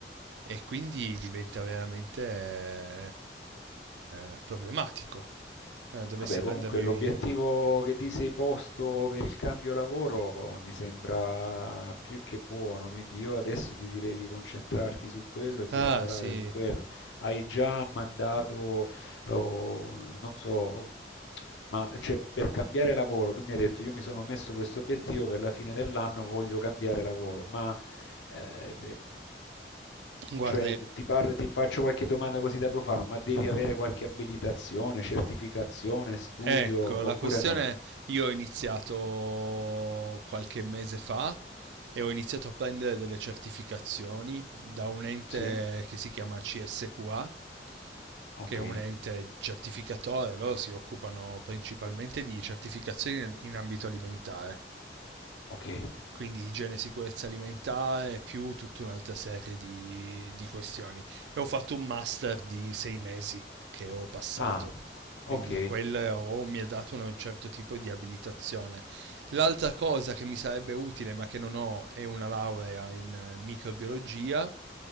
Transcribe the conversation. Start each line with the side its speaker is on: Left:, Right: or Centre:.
Right: e quindi diventa veramente eh, eh, problematico. Eh, dovessi
Left: Vabbè, comunque
Right: prendermi...
Left: l'obiettivo che ti sei posto per il cambio lavoro oh, mi sembra più che buono, quindi io adesso ti direi di concentrarti su quello e di
Right: Ah
Left: lavorare
Right: sì,
Left: su quello. Hai già mandato, oh, non so, mm, ma cioè, per cambiare lavoro, tu mi hai detto io mi sono messo questo obiettivo per la fine dell'anno, voglio cambiare lavoro, ma Eh, eh,
Right: guarda,
Left: cioè, ti, parlo- ti faccio qualche domanda così da profano, ma devi avere qualche abilitazione, certificazione, studio
Right: Ecco, la
Left: oppure
Right: questione
Left: no?
Right: è, io ho iniziato qualche mese fa e ho iniziato a prendere delle certificazioni da un ente
Left: Sì?
Right: che si chiama CSQA,
Left: Ok.
Right: che è un ente certificatore, loro si occupano principalmente di certificazioni in ambito alimentare
Left: Ok.
Right: quindi igiene e sicurezza alimentare, più tutta un'altra serie di, di questioni. E ho fatto un master di sei mesi che ho passato,
Left: Ah,
Right: quindi
Left: ok.
Right: quello oh, mi ha dato un certo tipo di abilitazione. L'altra cosa che mi sarebbe utile, ma che non ho, è una laurea in eh, microbiologia.